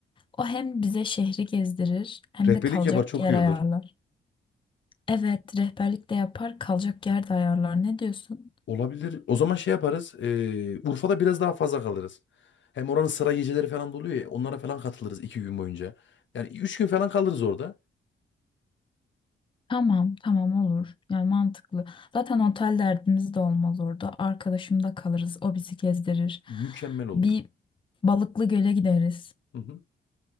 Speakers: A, on the left (about 25°); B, on the left (about 65°).
A: O hem bize şehri gezdirir hem
B: Rehberlik
A: de kalacak
B: yapar çok
A: yer
B: iyi
A: ayarlar.
B: olur.
A: Evet rehberlik de yapar kalacak yer de ayarlar ne diyorsun?
B: Olabilir. O zaman şey yaparız. eee, Urfa'da biraz daha fazla kalırız. Hem oranın sıra geceleri falan da oluyor ya. Onlara falan katılırız iki gün boyunca. Yani üç gün falan kalırız orada.
A: Tamam tamam olur yani mantıklı. Zaten otel derdimiz de olmaz orada arkadaşımda kalırız o bizi gezdirir.
B: Mükemmel olur.
A: Bir Balıklı Göl'e gideriz.
B: Hı hı.